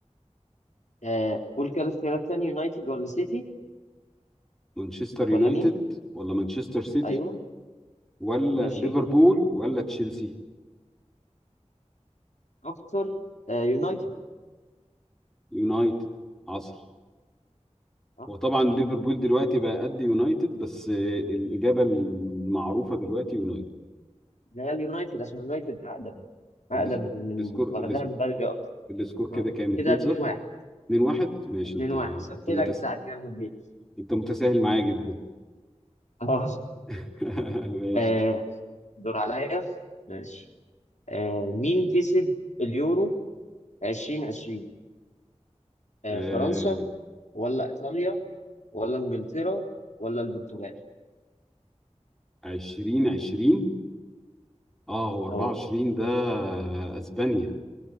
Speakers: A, on the left; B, in the centre.
A: آه قول كده اختيارات تاني يونايتد ولا سيتي
B: مانشستر
A: ولا
B: يونايتد
A: مين
B: ولا مانشستر سيتي
A: ايوه
B: ولا
A: ماشي
B: ليفربول ولا تشيلسي
A: اكتر آه يونايتد
B: يونايتد عصر
A: اه
B: وطبعا
A: صح
B: ليفربول دلوقتي بقى قد يونايتد بس آه، الإجابة المعروفة دلوقتي يونايتد
A: ريال يونايتد عشان يونايتد اقدم اقدم
B: الس-
A: من
B: السكور
A: واخدها
B: الس-
A: من بدري اكتر
B: السكور كده
A: اه
B: كام 2-0
A: كده 2 1
B: 2-1 ماشي
A: 2
B: انت
A: 1
B: انت
A: حسبت
B: متس...
A: لك بتاعت ريال مدريد
B: انت متساهل معايا جدا
A: <laughs> خلاص
B: <laughs> ماشي
A: آه دور عليا ماشي آه مين كسب اليورو 2020 آه
B: آه...
A: فرنسا ولا ايطاليا ولا انجلترا ولا البرتغال
B: 20 20 اه هو 24
A: اه
B: ده اسبانيا